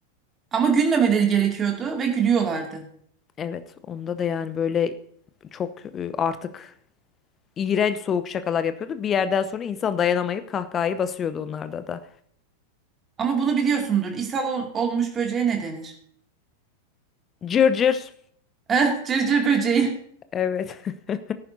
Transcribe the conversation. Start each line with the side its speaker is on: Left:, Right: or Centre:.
Right: Ama gülmemeleri gerekiyordu ve gülüyorlardı.
Left: Evet, onda da yani böyle çok e, artık iğrenç soğuk şakalar yapıyordu. Bir yerden sonra insan dayanamayıp kahkahayı basıyordu onlarda da.
Right: Ama bunu biliyorsundur. İshal ol- olmuş böceğe ne denir?
Left: Cırcır.
Right: Eh, cırcır böceği.
Left: Evet. <laughs>